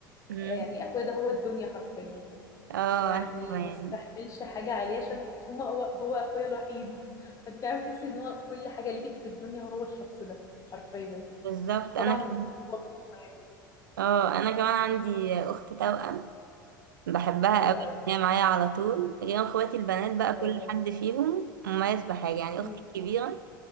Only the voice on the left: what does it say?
يعني اخويا ده هو الدنيا حرفيا
يعني
ما بستحملش حاجه عليه عشان هما هو هو اخويا الوحيد فانت عارف تحس ان هو كل حاجه ليكي في الدنيا هو الشخص ده حرفيا
طبعا
هو ماما يعني
حلو
قوي
ما شاء
الله
مم.